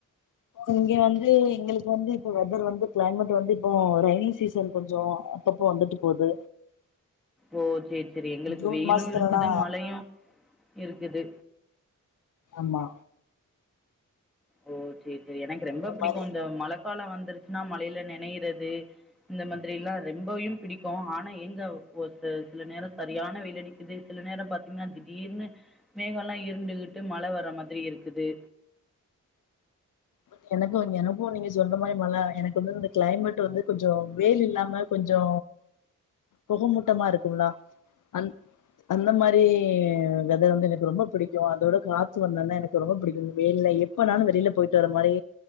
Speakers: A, on the left; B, in the centre.
A: இங்க வந்து எங்களுக்கு வந்து இப்ப வெதர் வந்து கிளைமேட் வந்து இப்போ ரெய்னி சீசன் கொஞ்சோ அப்பப்போ வந்துட்டு போது
B: ஓ சேரி சேரி எங்களுக்கு
A: ஜூன்
B: வெயிலு
A: மாசத்துலல்லா
B: இருக்குது மழையு இருக்குது
A: ஆமா
B: ஓ சேரி சேரி எனக்கு ரெம்ப
A: அந்த
B: பிடிக்கு
A: மாரி
B: இந்த மழக்கால வந்துருச்சுன்னா மழையில நெனையறது இந்த மாதிர எல்லா ரெம்பையு பிடிக்கு ஆனா எங்க ஒரு சில சில நேரம் சரியான வெயில்லடிக்குது சில நேரம் பாத்தீங்கன்னா திடீர்னு மேகோ எல்லா இருண்டுகிட்டு மழ வர மாதிரி இருக்குது
A: பட் எனக்கு எனக்கு நீங்க சொன்ன மாரி மழ எனக்கு வந்து இந்த கிளைமேட் வந்து கொஞ்சோ வெயில் இல்லாம கொஞ்சோ பொகமூட்டமா இருக்கும்ல அந் அந்த மாரி வெதர் வந்து எனக்கு ரொம்ப பிடிக்கு அதோட காத்து வந்தோனா எனக்கு ரொம்ப பிடிக்கு வெயில் லயே இப்ப நானு வெளில போயிட்டு வர மாரி